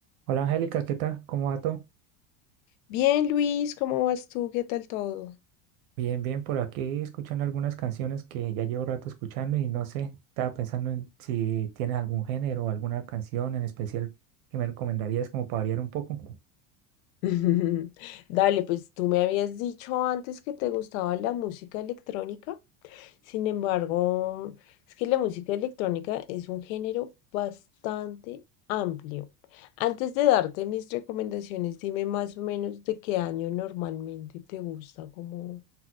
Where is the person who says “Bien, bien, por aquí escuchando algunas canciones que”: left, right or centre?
Right